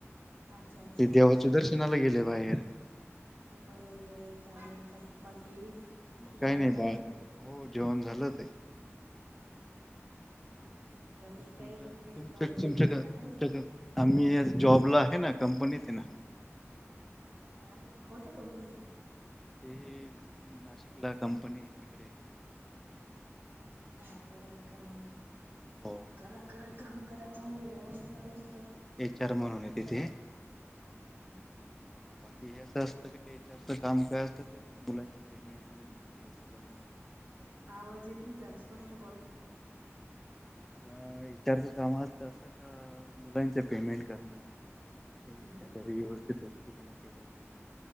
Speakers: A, on the right; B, in the centre.
A: अच्छा
B: मग
A: अच्छा
B: ते देवाचै दर्शनाला गेले बाहेर.
A: बर आहे बर आहे चालेल चल. बाकी?
B: मग
A: जेवण
B: काही नाही
A: झालं
B: बा. हो जेवण झालंच आहे.
A: हं बाकी काही
B: तुमचं
A: तुम्ही काही
B: तुमच्या
A: जॉब
B: तुमच्या
A: वगैरे करता
B: तुमच्या
A: का नाही?
B: आम्ही आज जॉबला आहे ना कंपनीत आहे ना.
A: आहे खोटं कंपनीत.
B: ते नाशिकला कंपनी आहे तिकडे
A: अच्छा, बरये काय आणि.
B: हो
A: करा करा
B: ते
A: काम करा, चांगलं व्यवस्थित मस्त.
B: चर्म म्हणून तिथे.
A: हम्म हम्म.
B: बाकी हेच असतं. का एचआरच काम काय असतं ते मुलांच पेमेंट. <unintelligible> असं बघण.
A: आवाज येत नाही. दादा स्पष्ट बोला.
B: विचारच काम असत असं का, मुलांच पेमेंट करणं. त्यांची
A: हम्म
B: सॅलरी
A: हम्म
B: व्यवस्थित होती का नाही, ते बघण